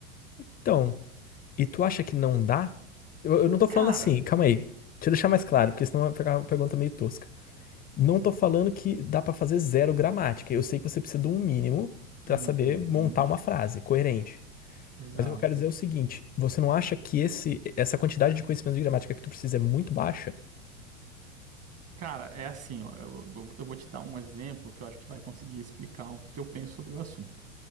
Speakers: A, on the left; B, on the right.
A: Então, e tu acha que não dá? Eu, eu não tô falando
B: Cara,
A: assim, calma aí. Deixa eu deixar mais claro, porque senão vai ficar uma pergunta meio tosca. Não tô falando que dá pra fazer zero gramática. Eu sei que você precisa de um mínimo pra
B: uhum,
A: saber montar uma frase coerente.
B: exato.
A: Mas o que eu quero dizer é o seguinte, você não acha que esse, essa quantidade de conhecimento de gramática que tu precisa é muito baixa?
B: Cara, é assim, ó, eu, eu- eu vou te dar um exemplo que eu acho que vai conseguir explicar o que que eu penso sobre o assunto.